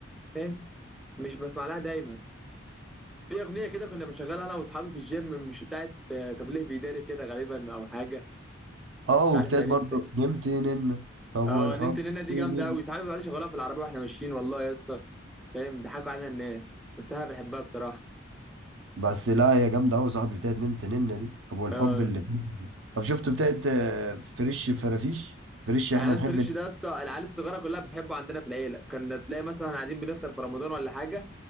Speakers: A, in the centre; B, on the right.
A: فاهم مش بسمع لها دايما في اغنيه كده كنا بنشغلها انا واصحابي في الجيم مش بتاعت آه، تبليغ بيداري كده غالبا او حاجه
B: اه
A: مش
B: وبتاعت
A: عارف هي
B: برضو
A: دي بت-
B: نمت نن طب
A: اه
B: والحب
A: نمت نينا دي
B: بال-
A: جامده قوي صحابي بيقعدوا يشغلوها في العربيه واحنا ماشيين والله يا اسطى فاهم ضحكوا علينا الناس بس انا بحبها بصراحه
B: بس لا يا جامده قوي يا صاحبي بتاعت نمت نن دي طب والحب
A: اه
B: اللي بال- طب شفت بتاعت آه، فريش فرافيش فريش احنا
A: اعلان
B: نحب
A: فريش ده يا اسطى العيال الصغيره كلها بتحبه عندنا في العيله كنا تلاقي مثلا قاعدين بنفطر في رمضان ولا حاجه